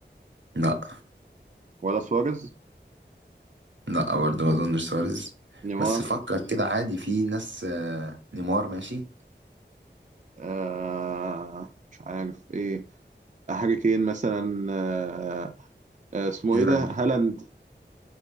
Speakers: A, on the right; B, on the right.
A: لا
B: ولا سواريز
A: لا برضه ما اظنش سواريز
B: نيمار
A: بس فكر كده عادي في ناس آه، نيمار ماشي
B: آه مش عارف ايه آه، هاري كين مثلا آه آه اسمه
A: في
B: ايه
A: ليفاندو-
B: ده هالاند